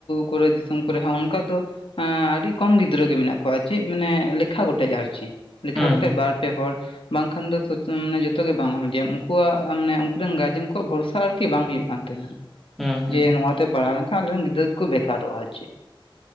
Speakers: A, on the left; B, in the centre.
A: ᱠᱚᱨᱮ ᱫᱤᱥᱚᱢ ᱠᱚᱨᱮ ᱦᱚᱸ ᱚᱱᱠᱟ ᱫᱚ ᱟᱸ ᱟᱹᱰᱤ ᱠᱚᱢ ᱜᱤᱫᱽᱨᱟᱹᱜ ᱜᱮ ᱢᱮᱱᱟᱜ ᱠᱚᱣᱟ ᱪᱮᱜ ᱢᱟᱱᱮ ᱞᱮᱠᱷᱟ ᱜᱚᱴᱮᱡ ᱟᱨ ᱪᱮᱼᱼ ᱞᱮᱠᱷᱟ
B: ᱦᱩᱸ
A: ᱠᱚᱴᱮᱡ
B: ᱦᱩᱸ
A: ᱵᱟᱨ ᱯᱮ ᱦᱚᱲ ᱵᱟᱝᱠᱷᱟᱱ ᱫᱚ <unintelligible> ᱡᱚᱛᱚ ᱜᱮ ᱵᱟᱝᱞᱟ ᱢᱤᱰᱤᱭᱟᱢ ᱩᱱᱠᱩᱣᱟᱜ ᱢᱟᱱᱮ ᱩᱱᱠᱩᱨᱤᱱ ᱜᱟᱨᱡᱮᱱ ᱠᱚᱣᱟᱜ ᱵᱷᱚᱨᱥᱟ ᱟᱨᱠᱤ ᱵᱟᱝ ᱦᱩᱭᱩᱜ ᱠᱟᱱ ᱛᱟᱦᱮᱱᱟ᱾
B: ᱦᱩᱸ ᱦᱩᱸ
A: ᱡᱮ ᱱᱚᱣᱟᱛᱮ ᱯᱟᱲᱦᱟᱣ ᱞᱮᱱᱠᱷᱟᱱ ᱟᱞᱮᱨᱮᱱ ᱜᱤᱫᱽᱨᱟᱹ ᱫᱚᱠᱚ ᱵᱮᱠᱟᱨᱚᱜᱼᱟ ᱟᱨ ᱪᱮᱜᱼᱼ